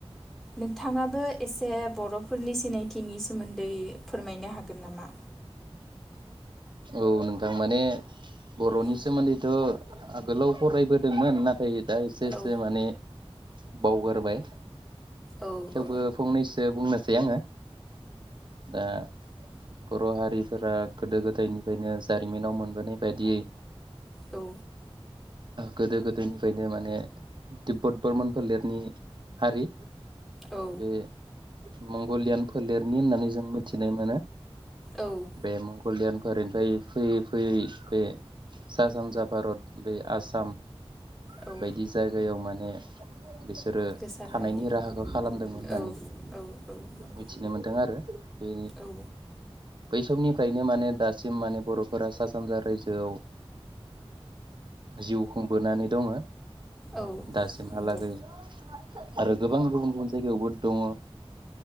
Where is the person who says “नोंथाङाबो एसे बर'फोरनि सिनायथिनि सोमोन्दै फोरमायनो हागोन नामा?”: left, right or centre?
Centre